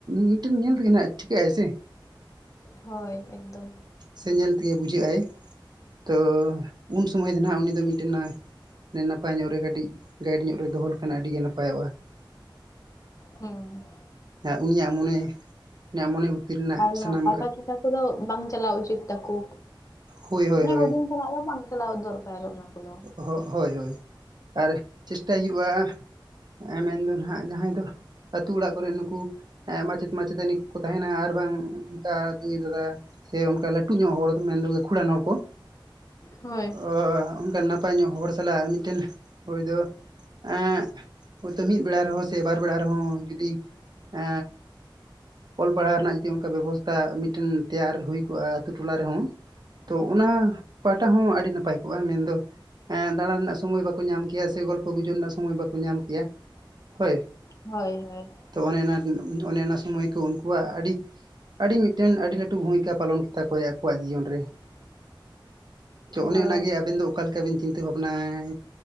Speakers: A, on the right; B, on the left.
A: ᱢᱤᱫᱴᱮᱱ ᱧᱮᱞ ᱛᱮᱜᱮ ᱱᱟᱜ ᱴᱷᱤᱠᱟᱹᱜ ᱟᱭ ᱥᱮ
B: ᱦᱳᱭ ᱮᱠᱫᱚᱢ᱾
A: ᱥᱮ ᱧᱮᱞ ᱛᱮᱜᱮ ᱵᱩᱡᱷᱟᱹᱜ ᱟᱭ ᱛᱚ ᱩᱱ ᱥ ᱚᱢᱚᱭ ᱫᱚ ᱦᱟᱜ ᱩᱱᱤ ᱫᱚ ᱢᱤᱫᱴᱮᱱᱟ ᱱᱟᱯᱟᱭ ᱧᱚᱜ ᱨᱮ ᱠᱟᱹᱴᱤᱡ ᱜᱟᱭᱤᱰ ᱧᱚᱜ ᱨᱮ ᱫᱚᱦᱚ ᱞᱮᱠᱷᱟᱱ ᱟᱹᱰᱤ ᱜᱮ ᱱᱟᱯᱟᱭᱚᱜᱼᱟ ᱾
B: ᱦᱩᱸ
A: ᱩᱱᱤᱭᱟᱜ ᱢᱚᱱᱮ ᱩᱱᱤᱭᱟᱜ ᱢᱚᱱᱮ ᱨᱮᱱᱟᱜ
B: ᱟᱨ ᱚᱱᱟ
A: ᱥᱟᱱᱟᱢ
B: ᱯᱟᱛᱟ ᱪᱷᱟᱛᱟ ᱩᱸᱠᱩ ᱫᱚ ᱵᱟᱝ ᱪᱟᱞᱟᱣ ᱩᱪᱤᱛ ᱛᱟᱠᱚ
A: ᱦᱳᱭ ᱦᱳᱭ
B: ᱢᱟᱱᱮ
A: ᱦᱳᱭ
B: ᱦᱩᱰᱤᱧ ᱪᱟᱞᱟᱜ ᱫᱚ ᱵᱟᱝ ᱪᱟᱞᱟᱣ ᱫᱚᱨᱠᱟᱨ ᱚᱱᱟ ᱠᱳᱱᱳ
A: ᱦᱳ ᱦᱳᱭ ᱦᱳᱭ ᱟᱨ ᱪᱮᱥᱴᱟᱭ ᱦᱩᱭᱩᱜᱼᱟ᱾ ᱢᱮᱱᱫᱚ ᱱᱟᱦᱜ ᱡᱟᱦᱟᱸᱭ ᱫᱚ ᱟᱹᱛᱩ ᱚᱲᱟᱜ ᱠᱚᱨᱮᱜ ᱱᱩᱠᱩ ᱢᱟᱪᱮᱫ ᱢᱟᱪᱮᱛᱟᱹᱱᱤ ᱠᱚ ᱠᱚ ᱛᱟᱦᱮᱱᱟ ᱟᱨ ᱵᱟᱝ ᱚᱱᱠᱟ ᱫᱟᱹᱭ ᱫᱟᱫᱟ ᱥᱮ ᱚᱱᱠᱟ ᱞᱟᱹᱴᱩ ᱧᱚᱜ ᱦᱚᱲ ᱢᱮᱱᱫᱚ ᱜᱟᱹᱠᱷᱩᱲᱟᱱ ᱦᱚᱲ ᱠᱚ
B: ᱦᱳᱭ
A: ᱚ ᱚᱱᱠᱟᱟᱱ ᱱᱟᱯᱟᱭ ᱧᱚᱜ ᱦᱚᱲ ᱥᱟᱞᱟᱜ ᱢᱤᱫᱴᱮᱱ ᱦᱚᱭ ᱫᱚ ᱮ ᱦᱳᱭᱛᱚ ᱢᱤᱫ ᱵᱮᱲᱟ ᱨᱮᱦᱚᱸ ᱥᱮ ᱵᱟᱨ ᱵᱮᱲᱟ ᱨᱮᱦᱚᱸ ᱡᱩᱫᱤ ᱮᱻ ᱚᱞ ᱯᱟᱲᱦᱟᱣ ᱨᱮᱱᱟᱜ ᱡᱩᱫᱤ ᱚᱱᱠᱟ ᱵᱮᱵᱚᱥ ᱾ ᱚᱱᱠᱟ ᱢᱤᱫᱴᱮᱱ ᱛᱮᱭᱟᱨ ᱦᱩᱭ ᱠᱚᱜᱼᱟ ᱟᱛᱳ ᱴᱚᱞᱟ ᱨᱮᱦᱚᱸ ᱛᱚ ᱚᱱᱟ ᱯᱟᱦᱴᱟ ᱦᱚᱸ ᱟᱹᱰᱤ ᱱᱟᱯᱟᱭ ᱠᱚᱜᱼᱟ ᱢᱮᱱᱫᱚ ᱦᱮᱸ ᱫᱟᱬᱟᱱ ᱨᱮᱱᱟᱜ ᱥᱚᱢᱚᱭ ᱵᱟᱠᱚ ᱧᱟᱢ ᱠᱮᱭᱟ ᱥᱮ ᱜᱚᱞᱯᱚ ᱜᱩᱡ ᱨᱮᱱᱟᱜ ᱥᱚᱢᱚᱭ ᱵᱟᱠᱚ ᱧᱟᱢ ᱠᱮᱭᱟ ᱦᱳᱭ
B: ᱦᱳᱭ ᱦᱳᱭ
A: ᱛᱚ ᱚᱱᱮ ᱚᱱᱮ ᱚᱱᱟ ᱥᱩᱢᱟᱹᱭ ᱠᱚ ᱩᱱᱠᱩᱣᱟᱜ ᱟᱹᱰᱤ ᱟᱹᱰᱤ ᱢᱤᱫᱴᱮᱱ ᱟᱹᱰᱤ ᱞᱟᱹᱴᱩ ᱵᱷᱩᱢᱤᱠᱟ ᱯᱟᱞᱚᱱ ᱛᱟᱠᱚ ᱟᱠᱚᱣᱟᱜ ᱡᱤᱭᱚᱱ ᱨᱮ ᱛ ᱚᱱᱮ
B: ᱦᱳᱭ
A: ᱚᱱᱟᱜᱮ ᱟᱵᱮᱱ ᱫᱚ ᱚᱠᱟ ᱞᱮᱠᱟᱵᱤᱱ ᱪᱤᱱᱛᱟᱹ ᱵᱷᱟᱵᱱᱟᱭ